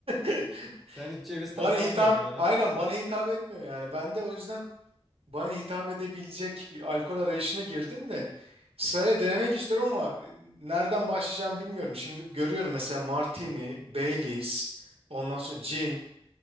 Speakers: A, on the right; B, in the centre.
A: <laughs>
B: sen hiç ceviz
A: Bana
B: tadı
A: hitap
B: almıyorum diyorsun ha.
A: aynen bana hitap etmiyor yani. Ben de o yüzden bana hitap edebilecek bir alkol arayışına girdim de sırayla denemek istiyorum ama e, nereden başlayacağım bilmiyorum. Şimdi görüyorum mesela Martini, Baileys, ondan sonra gin,